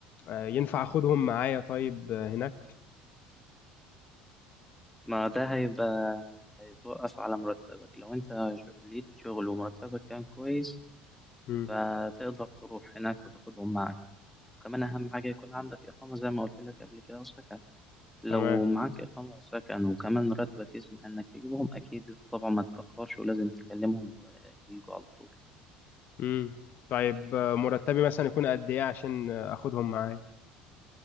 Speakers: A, on the left (about 55°); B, in the centre.
A: آه، ينفع اخدهم معايا طيب آه، هناك
B: ما ده هيبقى هيتوقف على مرتبك لو أنت ش- ليك شغل ومرتبك كان كويس
A: مم.
B: فتقدر تروح هناك وتاخدهم معاك وكمان أهم حاجة يكون عندك إقامة زي ما قلت لك قبل كده وسكن لو
A: تمام
B: معاك إقامة وسكن وكمان راتبك يسمح إنك تجيبهم أكيد طبعا ما تتأخرش ولازم تكلمهم و- ويجوا على طول
A: مم. طيب آه، مرتبي مثلا يكون قد ايه عشان آه، اخدهم معايا